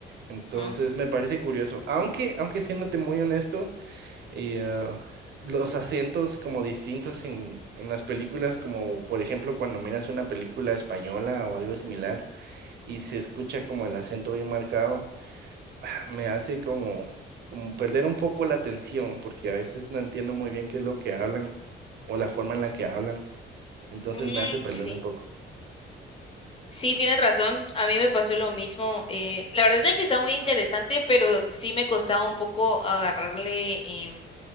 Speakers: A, on the right; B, on the left.
A: Entonces
B: Ajá.
A: me parece curioso, aunque, aunque siéndote muy honesto, eh, ah, los acentos como distintos en, en las películas, como por ejemplo cuando miras una película española o algo similar y se escucha como el acento bien marcado, ah, me hace como, como perder un poco la atención, porque a veces no entiendo muy bien qué es lo que hablan o la forma en la que hablan, entonces
B: Mm,
A: me hace perderme
B: sí,
A: un poco,
B: sí, tienes razón. A mí me pasó lo mismo. Eh, la verdad es que está muy interesante, pero sí me costaba un poco agarrarle em,